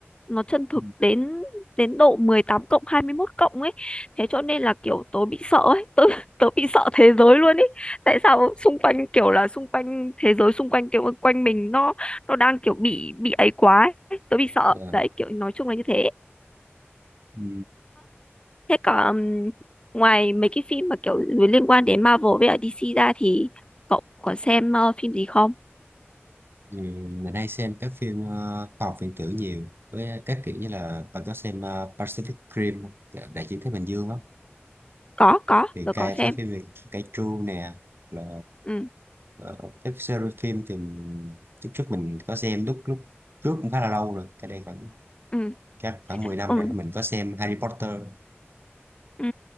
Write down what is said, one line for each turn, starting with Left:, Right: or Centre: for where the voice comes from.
Left: nó chân thực
Right: Ừ.
Left: đến đến độ mười tám cộng 21 cộng ấy thế cho nên là kiểu tớ bị sợ ấy tớ <laughs> tớ bị sợ thế giới luôn ấy tại sao xung quanh kiểu là xung quanh thế giới xung quanh kiểu quanh mình nó nó đang kiểu bị bị ấy quá ấy. tớ bị sợ
Right: Rồi.
Left: đấy kiểu nói chung là như thế
Right: Ừ.
Left: Thế có ừm, ngoài mấy cái phim mà kiểu liên quan đến Marvel với ở DC ra thì cậu có xem ờ, phim gì không?
Right: Ừ. Mình hay xem các phim ờ, khoa học viễn tưởng nhiều với các kiểu như là bạn có xem ờ, Pacific Rim không? Đại dương Thái Bình Dương á
Left: Có, có,
Right: thì
Left: tớ
Right: cay
Left: có xem.
Right: với phim về Kaiju nè là
Left: Ừ,
Right: ờ, các series phim thì mình- lúc trước mình có xem lúc lúc trước cũng khá là lâu rồi cái đây khoảng
Left: ừ,
Right: các khoảng 10 năm
Left: ừ,
Right: rồi mình có xem Harry Potter
Left: ừ.